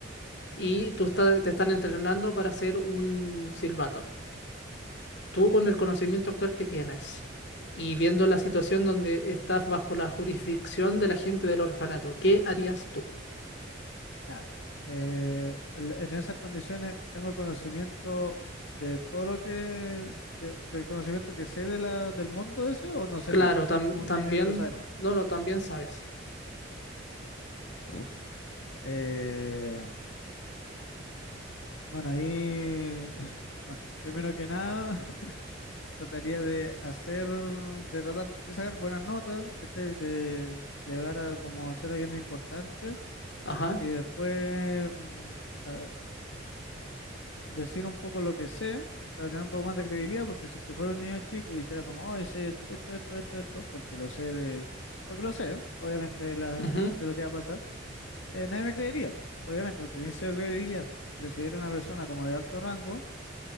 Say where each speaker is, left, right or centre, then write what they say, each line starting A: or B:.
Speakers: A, on the left; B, on the left.
A: y tú está-
B: ya,
A: te están entrenando para hacer un silbato. Tú con el conocimiento actual que tienes y viendo la situación donde estás bajo la jurisdicción de la gente del orfanato, ¿qué harías tú?
B: ya. Eh, el- en esas condiciones tengo conocimiento de todo lo que, que- del conocimiento que sé de la, del mundo ese o no sé
A: Claro,
B: nada. Soy
A: tam-
B: como un
A: también,
B: niño que no sabe nada.
A: no, no, también sabes.
B: Uf, Eh, bueno, ahí, <laughs> bueno, primero que nada, <laughs> trataría de hacer, de tratar de sacar buenas notas, ¿cachai? De, de llegar a como ser alguien importante
A: Ajá,
B: y después, mm, a- decir un poco lo que sé para tener un poco más de credibilidad, porque si que fuera un niño chico y dijera como, oh, sé esto, esto, esto, esto, porque lo sé de, porque lo sé, obviamente, de, la,
A: ujú,
B: de lo que va a pasar, eh, nadie me creería, po, obviamente, porque tiene cero credibilidad, pero si era una persona como de alto rango,